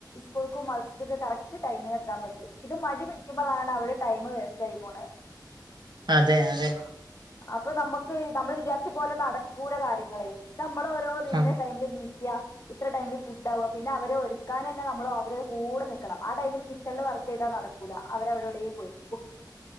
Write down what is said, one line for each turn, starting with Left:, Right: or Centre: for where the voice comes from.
Left: സ്കൂൾക്കും മദ്‌റസക്കും കറക്റ്റ് ടൈമിന് എത്താൻ പറ്റും ഇത് മടി പിടിക്കുമ്പോൾാണ് അവിടെ ടൈമ് വേസ്റ്റായി പോണേ
Right: അതെ അതെ
Left: പ്പൊ നമ്മക്ക് നമ്മള് വിചാരിച്ച പോലെ നടക്കൂല കാര്യം നിങ്ങളെ നമ്മള ഓരൊതിന്
Right: ആ
Left: മ്മളിണിക്ക ഇത്ര ടൈമില് ഫുഡ് ആവുക പിന്നെ അവരെ ഒരുക്കാൻ തന്നെ നമ്മ അവരെ കൂടെ നിക്കണം ആ ടൈമില് കിച്ചണില് വർക്ക് ചെയ്താ നടക്കൂല അവര അവരെടെലും പോയിരിക്കും